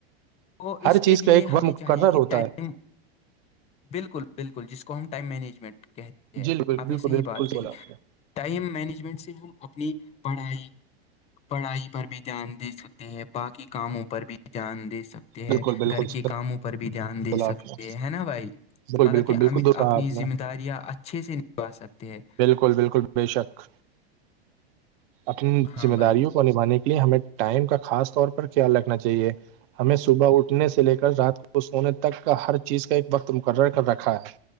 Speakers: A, on the left; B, on the right.
A: تو
B: ہر
A: اس کے
B: چیز
A: لیے
B: کا ایک
A: ہمیں
B: مقرر
A: چاہیے کہ
B: ہوتا
A: ٹائم
B: ہے
A: بالکل بالکل جس کو ہم ٹائم مینجمنٹ کہتے ہیں
B: جی بالکل
A: آپ
B: بالکل
A: نے صحیح
B: بالکل
A: بات کہی
B: بولا آپ نے
A: ٹائم مینجمنٹ سے ہم اپنی پڑھائی پڑھائی پر بھی دھیان دے سکتے ہیں باقی کاموں پر بھی دھیان دے سکتے ہے
B: بالکل بالکل
A: گھر کے کاموں پر بھی دھیان دے
B: بولا آپ
A: سکتے
B: نے
A: ہیں ہے نا بھائی
B: بالکل
A: مطلب
B: بالکل
A: کہ ا
B: بالکل تو کہا
A: اپنی
B: آپ نے
A: ذمہ داریاں اچھے سے نبھا سکتے ہیں
B: بالکل بے شک اپنی
A: ہاں
B: ذمہ داریوں
A: بھائی
B: کو نبھانے کے لیے ہمیں ٹائم کا خاص طور پر کیا رکھنا چاہیے ہمیں صبح اٹھنے سے لے کر رات کو سونے تک کا ہر چیز کا ایک وقت مقرر کر رکھا ہے